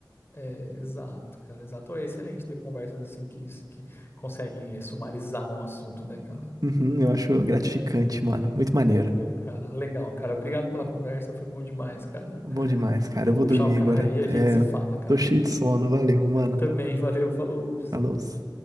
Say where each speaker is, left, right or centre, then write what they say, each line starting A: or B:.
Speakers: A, on the left; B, on the right.
A: É, exato, cara, exato. É excelente ter conversas assim que, que conseguem é, sumarizar um assunto, né, cara?
B: Uhum, eu acho gratificante, mano. Muito maneiro.
A: Pô, cara, legal, cara. Obrigado pela conversa, foi bom demais, cara.
B: Bom demais, cara.
A: Vou
B: Eu vou
A: puxar
B: dormir
A: o carro
B: agora.
A: aí e a gente
B: É,
A: se fala, cara.
B: tô cheio de sono. Valeu, mano.
A: Também, valeu, falou.
B: A luz.